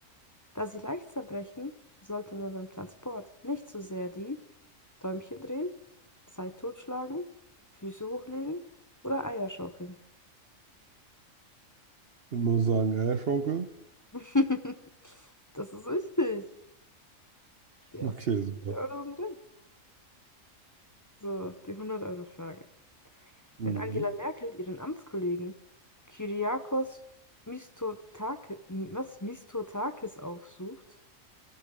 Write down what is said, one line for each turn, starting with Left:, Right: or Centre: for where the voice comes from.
Left: Da sie leicht zerbrechen, sollte man beim Transport nicht zu sehr die Däumchen drehen, Zeit totschlagen, Füße hochlegen oder Eier schaukeln.
Right: Würde mal sagen, Eierschaukel.
Left: <laughs> Das ist richtig. Die ersten
Right: Okay,
Left: 50
Right: super.
Left: Euro sind So, die hundert euro frage
Right: Mhm.
Left: Wenn Angela Merkel ihren Amtskollegen Kyriakos Mitsotakis, was, Mitsotakis aufsucht,